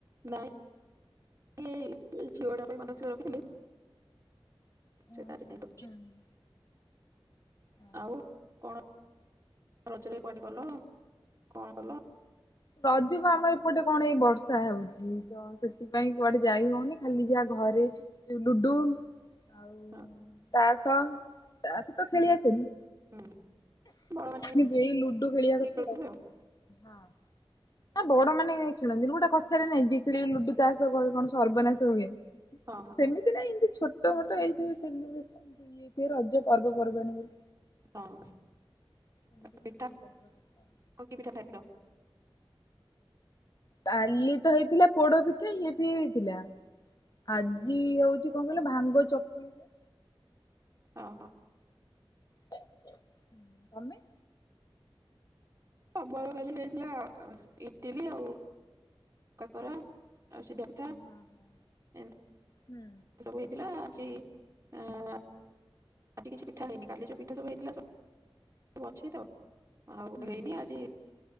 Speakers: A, on the right (about 30°); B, on the left (about 45°).
A: ନାଇଁ ଏଇ ଝିଅଟା ପାଇଁ ମାନସିକ ରଖିଥିଲି। ସେ
B: ଉଁ ହୁଁ
A: ତାରି ପାଇଁ କରୁଛି
B: ହୁଁ ହୁଁ। ଅ
A: ଆଉ
B: ହ।
A: କଣ ରଜରେ କୁଆଡେ ଗଲ? କଣ କଲ?
B: ରଜକୁ ଆମ ଏପଟେ କଣ ଏଇ ବର୍ଷା ହଉଚି, ତ ସେଥିପାଇଁ କୁଆଡେ ଯାଇ ହଉନି ଖାଲି ଜା ଘରେ ଯୋଉ ଲୁଡୁ ଆଉ
A: ହଁ
B: ତାସ ତାସ ତ ଖେଳି ଆସେନି।
A: ହୁଁ ବଡ ମାନେ
B: ଏଇ ଲୁଡୁ ଖେଳିବା
A: କିଏ ଖେଳୁଥିବେ
B: କଥା ଆଉ, ହଁ। ନାଁ, ବଡମାନେ ଖେଳନ୍ତିନି, ଗୋଟେ କଥାରେ ନାଇଁ ଯିଏ ଖେଳିବ ଲୁଡୁ ତା ସହ କଣ କଣ ସର୍ବନାଶ ହୁଏ।
A: ଆଉ ହଁ
B: ସେମିତି ନାଇଁ ଇଁତି ଛୋଟ ମୋ ତ ଏଇ ଯୋଉ ସେଲିବ୍ରେସନ୍ ହୁଏ, ରଜ ପର୍ବପର୍ବାଣୀ ବୋଲି।
A: ହଁ।
B: ଏମିତି
A: ଏଇଟା
B: ଖାଲି ଇଏ କରିଦବା କଥା ଆଉ।
A: <inaudible>
B: କାଲି ତ ହେଇଥିଲା, ପୋଡପିଠା ଇଏ ଫିଏ ହେଇଥିଲା।
A: ହୁଁ
B: ଆଜି ହଉଛି କଣ କହିଲ? ଭାଙ୍ଗ ଚକୁଳି ହୁଏ।
A: ଅ ହ।
B: ହୁଁ, ତମେ
A: <inaudible> କାଲି ହେଇଥିଲା। ଇଟିଲି ଆଉ କାକରା। ଆଉ ସିଧା ପିଠା।
B: ହଁ ହଁ।
A: ଏମ୍
B: ହୁଁ
A: ଏ ସବୁ ହେଇଥିଲା, ଆଜି ଆଁ ଆଜି କିଛି ପିଠା ହେଇନି, କାଲି ଯୋଉ ପିଠା ସବୁ ହେଇଥିଲା ସବୁ, ସବୁ ଅଛି ତ! ଆଉ
B: ହୁଁ
A: ହେଇନି।
B: ହୁଁ।
A: ଆଜି